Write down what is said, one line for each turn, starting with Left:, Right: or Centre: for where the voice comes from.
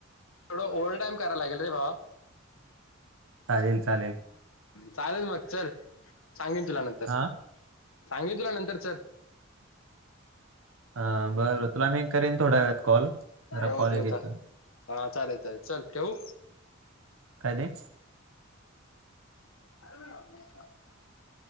Left: थोडं ओव्हर टाइम कराव लागेल रे भावा.
Right: चालेल चालेल.
Left: चालेल मग चल सांगेन तुला नंतर
Right: हा.
Left: सांगिन तुला नंतर चल
Right: हा बरं तुला मी करीन थोड्या वेळात कॉल जरा
Left: ओके
Right: कॉल एक येतोय
Left: चा हा चालेल चालेल चल ठेवू.
Right: काय ते
Left: <inaudible>